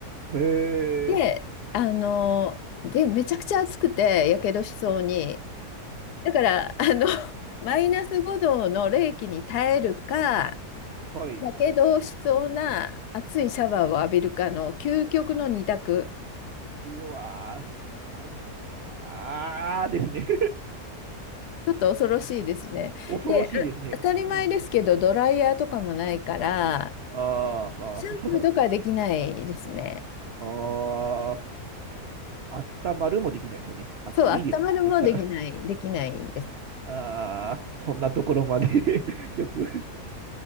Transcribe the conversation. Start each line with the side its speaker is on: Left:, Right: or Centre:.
Right: へえ、
Left: で、あの、で、めちゃくちゃ暑くて、やけどしそうに。だから、あの、<laughs> マイナス5度の冷気に耐えるか、
Right: はい。
Left: やけどしそうな熱いシャワーを浴びるかの究極の二択。
Right: うわー、こわーですね。
Left: ちょっと恐ろしいですね。
Right: <laughs> 恐ろしいですね。
Left: で、あ当たり前ですけど、
Right: うん。
Left: ドライヤーとかもないから、
Right: ああ、
Left: シャンプーとかできないですね。
Right: はあ、はあ、あったまるもできないですよね。暑いです。
Left: そう、温まるもできない、
Right: ですから。
Left: できないです。
Right: ああー、そんなところまで <laughs> よく。